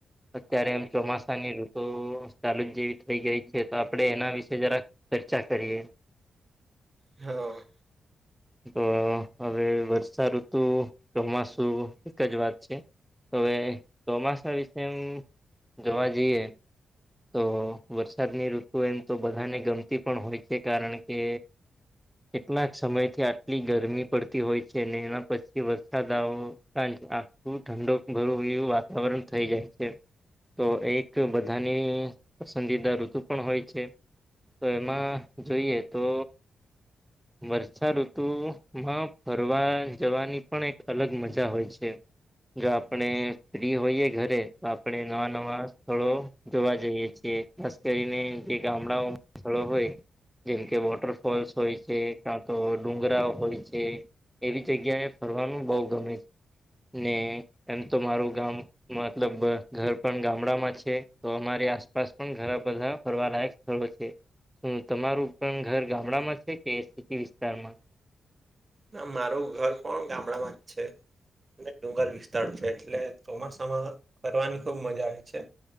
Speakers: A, in the centre; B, on the right (about 25°).
A: અત્યારે એમ ચોમાસાની ઋતુ ચાલુ જ જેવી થઈ ગઈ છે તો આપડણે એના વિશે જરાક ચર્ચા કરીએ?
B: હા.
A: હા હવે વર્ષાઋતુ ચોમાસુ એક જ વાત છે. હવે ચોમાસા વિશે જોવા જઈએ તો વરસાદની ઋતુ એમ તો બધાને ગમતી પણ હોય છે કારણ કે કેટલાક સમયથી આટલી ગરમી પડતી હોય છે ને એના પછી વરસાદ આવવો આ આખું ઠંડુ <unintelligible> વાતાવરણ થઈ જાય છે. તો એક બધાને ને પસંદીદા ઋતુ પણ હોય છે તો એમાં જોઈએ તો વર્ષાઋતુ માં ફરવા જવાની પણ એક અલગ મજા હોય છે. જો આપણે ફ્રી હોઈયે ઘરે તો આપણે નવા નવા સ્થળો જોવા જઈએ છીએ ખાસ કરીને જે ગામડાઓ સ્થળો હોય જેમ કે વોટરફોલ્સ હોય. જે કાં તો ડુંગરાઓ હોય છે એવી જગ્યાએ ફરવાનું બહું ગમે છે. ને એમ તો મારું ગામ મતલબ ઘ ઘર પણ ગામડા માં છે તો અમારી આસપાસ પણ ઘણા બધા ફરવા લાયક હોય છે તો તમારું ઘર પણ ગામડામાં છે કે સીટી વિસ્તારમાં.
B: હા મારું ઘર પણ ગામડામાં જ છે. ને ડુંગર વિસ્તાર છે એટલે ચોમાસામાં ફરવાની ખુબ મજા આવે છે.